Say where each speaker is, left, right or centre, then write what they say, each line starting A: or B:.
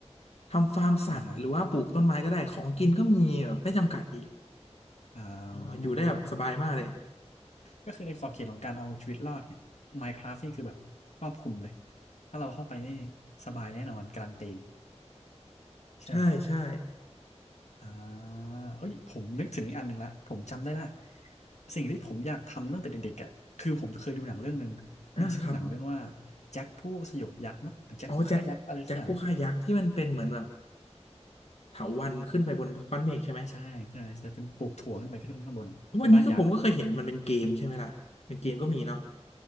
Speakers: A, on the left; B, on the left.
A: ทำฟาร์มสัตว์หรือว่าปลูกต้นไม้ก็ได้ของกินก็มีแบบไม่จำกัดอีก
B: อ่าฮะอ่า
A: อ๋ออยู่ได้แบบสบายมากเลย
B: ก็คือในขอบเขตของการเอาชีวิตรอดเนี่ยไมครับนี่คือแบบครอบคลุมเลยถ้าเราเข้าไปนี่สบายแน่นอนการันตีใช่ไหม
A: ใช่ใช่
B: อ่าเอ้ยผมนึกถึงอีกอันหนึ่งละผมจำได้ละสิ่งที่ผมอยากทำตั้งแต่เด็กๆอ่ะคือผมเคยดูหนังเรื่องหนึ่งมันชื่อหนังเรื่องว่า
A: อ่าครับ
B: แจ็คผู้สยบยักษ์มั้งหรือแจ็คผู้ฆ่ายักษ์อะไรสักอย่าง
A: อ๋อแจ็คแจ็คผู้ฆ่ายักษ์ที่มันเป็นเหมือนแบบเถาวัลย์ขึ้นไปบนก้อนเมฆใช่ไหม
B: ใช่ใช่ใช่เป็นปลูกถั่วขึ้นไปขึ้นข้างบนไปบ้านยักษ์อะ
A: วันนี้ก็ผมก็เคยเห็นมันเป็นเกมใช่ไหมล่ะเป็นเกมก็มีเนาะ